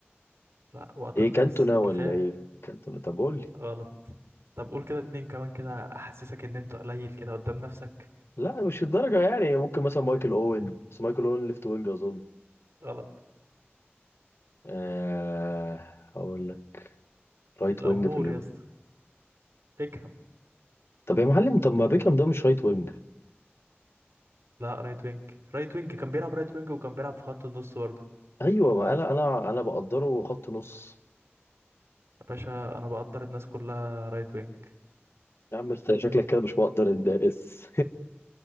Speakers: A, on the right; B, on the left.
A: لا وقتك
B: ايه
A: خلص
B: كانتونا ولا
A: كفاية
B: ايه كانتونا طب قول لي
A: غلط طب قول كده اتنين كمان كده أحسسك إن أنت قليل كده قدام نفسك
B: لا مش الدرجه يعني ممكن مثلا مايكل اوين
A: <laughs>
B: بس مايكل اوين ليفت وينج اظن
A: غلط
B: آه هقول لك رايت
A: الأمور
B: وينج في اليوم
A: يا اسطى بيكهام
B: طب يا معلم طب ما بيكهام ده مش رايت وينج
A: لا رايت وينج رايت وينج كان بيلعب رايت وينج وكان بيلعب في خط النص برضه
B: ايوه ما انا انا انا بقدره خط نص
A: يا باشا أنا بقدر الناس كلها رايت وينج
B: يا عم انت شكلك كده مش مقدر اندرس